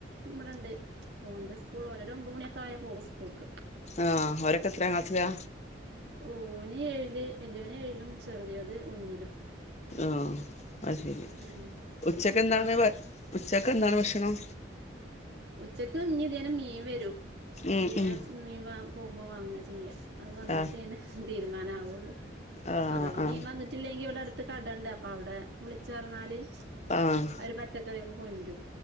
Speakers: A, on the right; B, on the left.
A: ഇവിടെണ്ട് ഓന്റെ സ്കൂൾ ഓന ഒരഒമ്പത് മണിയൊക്കെ ആയാ പോകും സ്കൂൾക്ക്
B: ആഹ് ഓരൊക്കെ എത്ര ക്ലാസ്സിലാ
A: ഓന് ഏഴില് വല്യോന് ഏഴിലും ചെറുതിയത് ഒന്നിലും
B: ആഹ് അ ശെരി
A: ഉം
B: ഉച്ചക്ക്
A: ഇങ്ങളെ കുട്ടികളൊക്കെ
B: എന്താണ് ഉച്ചക്ക് എന്താണ് ഭക്ഷണം
A: ഉച്ചക്ക് ഇഞ്ഞിതിനെ മീൻ വരൂ
B: ഉം
A: ഇന്ത്യരെ
B: ഉം
A: മൻ പോകുമ്പോ വാങ്ങ ചെയ്യ അത് വന്നിട്ടോണ്
B: ആ
A: തീരുമാനം
B: ആ
A: അഥവാ
B: ആ
A: മീൻ വന്നിട്ടില്ലെങ്കി ഇവിടെ അടുത്ത് കടുണ്ട് അപ്പൊ അവിടെ വിളിച്റഞ്ഞാല്
B: ആഹ്
A: ഒരു പച്ചക്കറിയൊക്കെ കൊണ്ടും